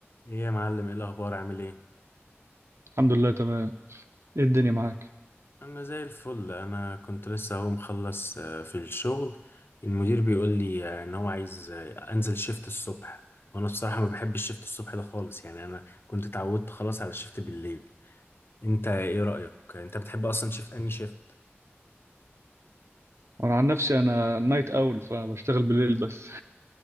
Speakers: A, on the left; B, on the right.
A: ايه يا معلم ايه الاخبار عامل ايه
B: الحمد لله تمام ايه الدنيا معاك
A: انا زي الفل انا كنت لسه اهو مخلص آه، في الشغل المدير بيقول لي آه، ان هو عايز آه، انزل شيفت الصبح وانا بصراحة ما بحبش الشيفت الصبح ده خالص يعني انا كنت اتعودت خلاص على الشيفت بالليل انت ايه رأيك انت بتحب اصلا شيفت اني شيفت
B: وانا عن نفسي انا نايت اول فبشتغل بالليل بس